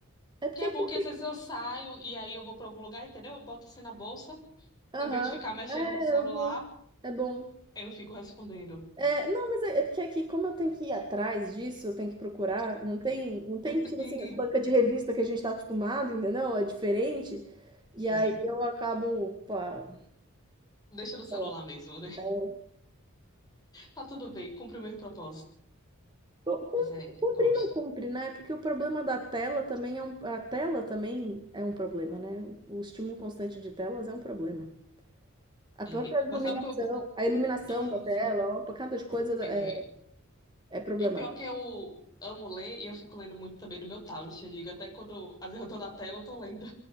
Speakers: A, on the right (about 20°); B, on the left (about 20°).
A: é é porque
B: Que é
A: aqui.
B: bom que
A: se-
B: às vezes eu saio e aí eu vou pra algum lugar, entendeu? Eu boto assim na bolsa,
A: Aham.
B: em vez de ficar mexendo
A: É,
B: no celular,
A: eu vou- é bom.
B: aí eu fico respondendo.
A: É, não, mas é, é porque aqui, como eu tenho que ir atrás disso, eu tenho que procurar, não tem, não tem,
B: <laughs>
A: tipo
B: Uhum.
A: assim, as bancas de revista que a gente tá acostumado, entendeu? É diferente. E
B: Sim.
A: aí eu acabo, pá,
B: Deixa no celular
A: sei lá.
B: mesmo, né?
A: é,
B: Tá tudo bem, cumpri o meu propósito.
A: Cu- Cum-
B: Mas é,
A: Cumprir
B: gosto.
A: não cumpre, né? Porque o problema da tela também é um, a tela também é um problema, né? O, o estímulo constante de telas é um problema. A própria
B: É,
A: iluminação,
B: mas sabe o que eu.
A: a iluminação
B: Isso.
A: da tela, uma pancada de coisa
B: É.
A: é, é problemática.
B: E o pior é que eu amo ler e eu fico lendo muito também no meu tablet. Eu digo, até quando às vezes eu tô na tela, eu tô lendo.